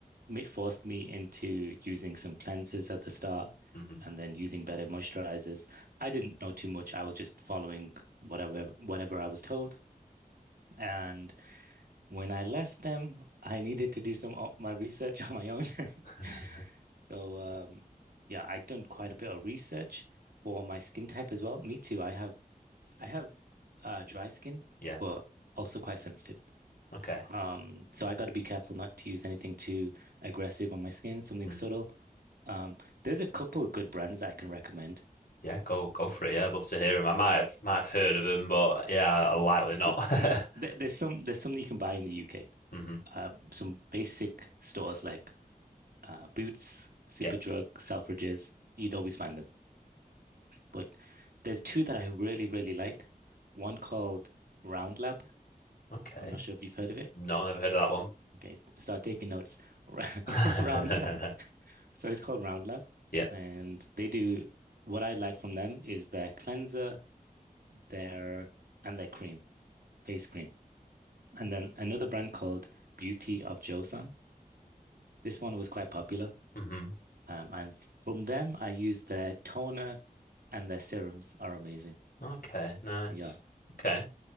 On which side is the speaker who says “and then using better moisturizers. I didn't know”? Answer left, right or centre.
Right